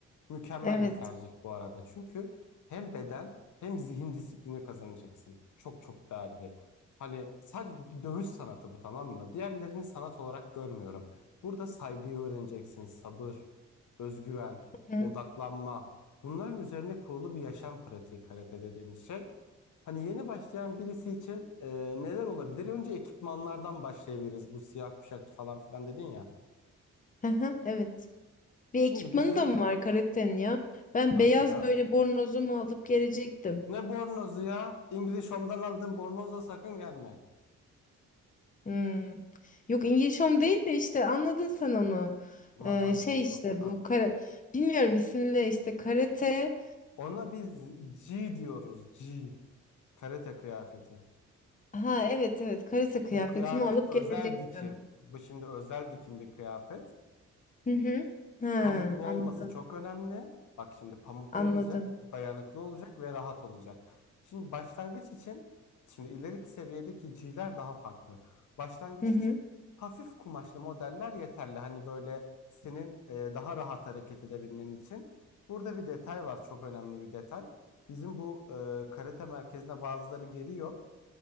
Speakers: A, on the left; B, on the left.
A: Mükemmel
B: evet.
A: bir tercih bu arada. Çünkü hem beden hem zihin disiplini kazanacaksın. Çok çok değerli. Hani sadece bir dövüş sanatı bu tamam mı? Diğerlerini sanat olarak görmüyorum. Burada saygıyı öğreneceksin, sabır, özgüven,
B: Hı hı,
A: odaklanma. Bunların üzerine kurulu bir yaşam pratiği karate dediğimiz şey. Hani yeni başlayan birisi için e, neler olabilir? Önce ekipmanlardan başlayabiliriz. Bu siyah kuşakçı falan filan dedin ya.
B: hı hı, evet. Bir
A: Şimdi
B: ekipmanı
A: bizim
B: da mı var karatenin ya? Ben
A: nasıl
B: beyaz
A: ya?
B: böyle bornozumu alıp gelecektim.
A: Ne bornozu ya? İngiliz Home'dan aldığın bornozla sakın gelme.
B: Hmm. Yok İngiliz Home değil de işte anladın sen onu.
A: Madame
B: Eee, şey
A: Coco.
B: işte
A: Ha.
B: bu kara... Bilmiyorum isimle işte karate...
A: Ona biz G diyoruz. G. Karate kıyafeti.
B: Ha evet evet karate kıyafetimi
A: Bu kıyafet
B: alıp
A: özel
B: gelecektim.
A: dikim. Bu şimdi özel dikim bir kıyafet.
B: Hı hı. Ha
A: Pamuklu
B: anladım.
A: olması çok önemli. Bak şimdi pamuklu
B: Anladım.
A: olacak, dayanıklı olacak ve rahat olacak. Şimdi başlangıç için, şimdi ileriki seviyedeki G'ler daha farklı. Başlangıç
B: Hı hı.
A: için hafif kumaşlı modeller yeterli. Hani böyle senin e, daha rahat hareket edebilmen için. Burada bir detay var, çok önemli bir detay. Bizim bu e, karate merkezine bazıları geliyor.